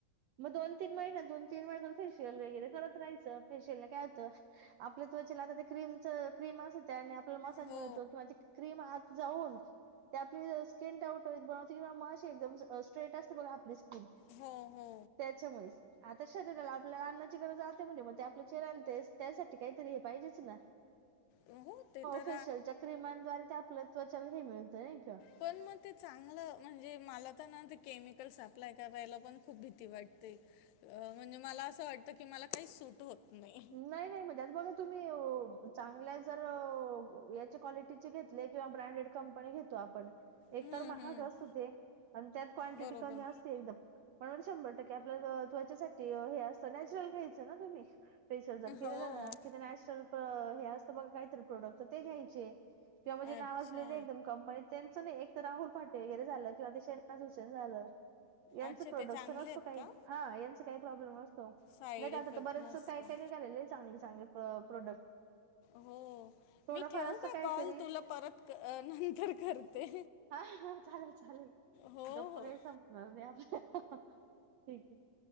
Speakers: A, on the right; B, on the left.
A: मंग दोन तीनं महिना दोन तीनं महिन्यात फेशियल वगैरें करतं रायचं फेशियल लां कायं होतं आपले त्वचेला आंता ते क्रीमच क्रीम त्यांने होते आणि मसाज
B: हो
A: में महत्वाचे क्रीम आंत जाऊन त्यां आपली स्क्रीन डाऊंन बनवते किंवा मलां एकदंम स्ट्रेट असते बघां आपली स्किन
B: हो हो
A: त्यांच्यामुळे सं आंता शरीराला आपल्यांला अन्नाची गरजं आहेते म्हणजे मंग ते आपले चेहऱ्या त्यांसाठी कांहीतरी हे पाहिजेच नां
B: हम्मं हो ते तरं
A: फेशलच्या क्रिमांद्वारे ते आपलं त्वचाला हे मिळतं नाही कां
B: पणं मंग ते चांगलं म्हणजे मलां तरं नां ते केमिकल सप्लाय करायंला पणं खूंप भीती वाटते अं म्हणजे मलां असं वाटतं की मलां कांहीं सूंट होतं नाहीं
A: नाहीं नाहीं म्हणजे त्याचं बरोबर तुम्हीं चांगल्या जरं यांची क्वालिटीचे घेतली घेतली किंवा ब्रँडेड कंपनी घेतो आपणं एक
B: हम्म,
A: तरं महांग
B: हम्म.
A: असं ते आणि त्यांत क्वांटिटी
B: बरोबर
A: कमी असते एकदंम म्हंण शंभर टक्के आपल्या त्वच्यासाठी हे असतं नॅचरल घ्यायचं नां तुम्हीं जरं
B: हो
A: केलेलं नां कि नॅचरल हे असतं बघं कांहीतरी प्रोडक्ट ते घ्यांयचे किंवा म्हणजे
B: अच्छा
A: नावंजले आहे कंपनीत त्यांचं नाहीं एक तरं राहुल फाटे वगैरें झालं किंवा ते शेनाज हुसेन झालं यांच
B: अच्छा
A: प्रोडक्टच
B: ते चांगले
A: नसतो
B: आहेत
A: कांहीं
B: का
A: हां यांचा कांहीं प्रॉब्लेम नसतो
B: साईड
A: नाहीं तरं
B: इफेक्ट
A: आंता तरं बरेचं
B: नसतो
A: लेय झालेले चांगले चांगले प्रोडक्ट
B: हो
A: थोडंफार
B: मी ठेवूं
A: असं
B: कां
A: काहीतरी
B: कॉल तुंला परंत नंतर करते
A: हां हां चालेल चालेल
B: हो
A: गप्पा
B: हो
A: कांहीं संपणार नाहीत आपल्या ठीक आहे